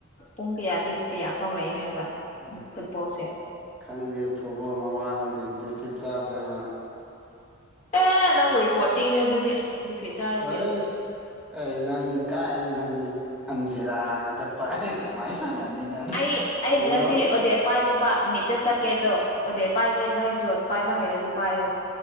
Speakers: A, on the left; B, in the centre.
A: ꯄꯨꯡ ꯀꯌꯥꯗꯒꯤ ꯀꯌꯥꯐꯥꯎ ꯂꯩ ꯍꯥꯏꯕ
B: ꯎ
A: ꯐꯨꯠꯕꯣꯜꯁꯦ
B: ꯈꯪꯗꯦ ꯄꯨꯕꯣ ꯃꯋꯥꯂꯣꯗꯤꯟ ꯇꯗꯤꯐꯤ ꯆꯥꯥꯁꯦꯕ
A: ꯑꯦ ꯅꯪ ꯎꯔꯤꯕ ꯋꯥꯠꯄꯤꯒꯅꯦ ꯑꯗꯨꯗꯤ ꯗꯤꯐꯦꯠ ꯆꯥꯔꯗꯤ
B: ꯍꯣꯏ ꯀ ꯅꯪ ꯀꯥꯏ ꯅꯪ ꯑꯟꯖꯤꯂꯥꯗ ꯄꯥꯏ ꯀꯃꯥꯏ ꯁꯥꯟꯅꯗꯣꯏꯅꯣ
A: ꯑꯩ ꯑꯩ
B: ꯑꯩꯔꯣ
A: ꯉꯁꯤ ꯑꯣꯗꯦꯠ ꯄꯥꯏꯒꯦꯕ ꯃꯤꯠꯇ ꯆꯠꯀꯦꯗꯣ ꯑꯣꯗꯦꯠ ꯄꯥꯏꯒꯦ ꯅꯣꯏ ꯖꯣꯟ ꯄꯥꯏ ꯍꯔꯗꯤ ꯄꯥꯏ ꯑꯣ